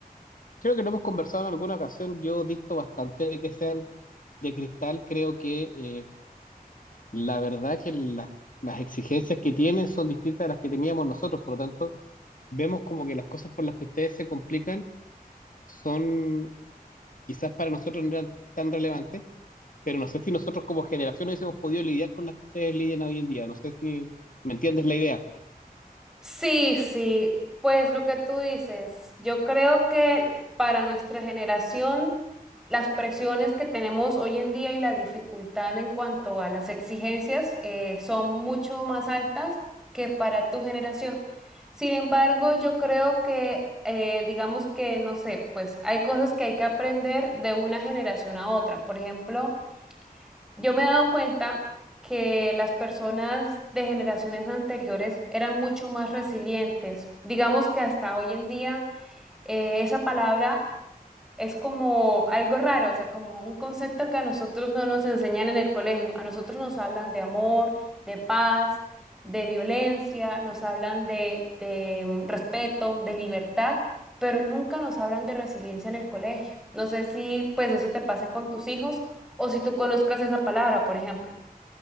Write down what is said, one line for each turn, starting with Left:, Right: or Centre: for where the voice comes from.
Left: creo que lo hemos conversado en alguna ocasión. Yo disto bastante de que sean de cristal, creo que eh, la verdad que las, las exigencias que tienen son distintas a las que teníamos nosotros, por lo tanto, vemos como que las cosas por las que ustedes se complican son, quizás para nosotros no eran tan relevantes pero no sé si nosotros como generación hubiésemos podido lidiar con las que ustedes lidian hoy en día. No sé si me entiendes la idea.
Centre: Sí, sí, pues lo que tú dices, yo creo que para nuestra generación, las presiones que tenemos hoy en día y la dificultad en cuanto a las exigencias eh, son mucho más altas que para tu generación. Sin embargo, yo creo que, eh, digamos que, no sé, pues hay cosas que hay que aprender de una generación a otra. Por ejemplo, Yo me he dado cuenta que las personas de generaciones anteriores eran mucho más resilientes. Digamos que hasta hoy en día eh, esa palabra es como algo raro, o sea, como un concepto que a nosotros no nos enseñan en el colegio. A nosotros nos hablan de amor, de paz, de violencia, nos hablan de, de mm, respeto, de libertad, pero nunca nos hablan de resiliencia en el colegio. No sé si pues eso te pase con tus hijos o si tú conozcas esa palabra, por ejemplo.